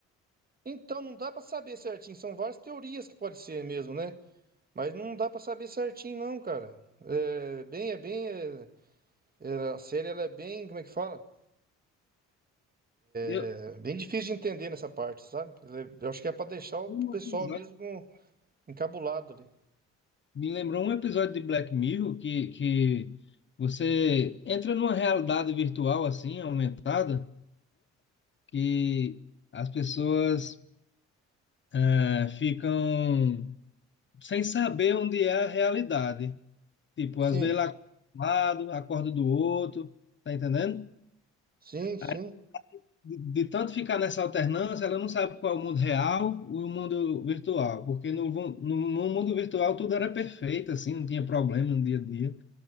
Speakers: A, on the right; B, on the left.
A: Então, não dá pra saber certinho. São várias teorias que pode ser mesmo, né? Mas não dá pra saber certinho, não, cara. É bem, é bem. é- é, a série ela é bem. Como é que fala?
B: Eu,
A: É bem difícil de entender nessa parte, sabe? Ela é- eu acho que é pra deixar o
B: um
A: pessoal
B: episódio,
A: mesmo com- encabulado ali.
B: me lembrou um episódio de Black Mirror que, que você entra numa realidade virtual assim, aumentada, que as pessoas eh, ficam sem saber onde é a realidade. Tipo,
A: Sim,
B: às vezes lá acorda de um lado, acorda do outro, tá entendendo?
A: sim, sim.
B: Aí, de, de tanto ficar nessa alternância, ela não sabe qual é o mundo real e o mundo virtual, porque no, vu- no, no mundo virtual tudo era perfeito, assim, não tinha problema no dia a dia.